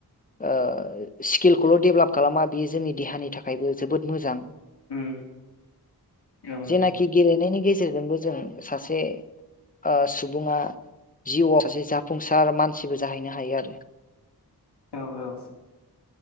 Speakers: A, on the left (about 20°); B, on the left (about 85°).
A: ओ स्किलखौल डेभेलप खालामा बेयो जोंनि देहानि थाखायबो जोबोद मोजां।
B: उम औ नंगौ
A: जेनाखि गेलेनायनि गेजेरजोंबो जों सासे ओ सुबुङा जिउआव सासे जाफुंसार मानसिबो जाहैनो हायो आरो।
B: औ औ।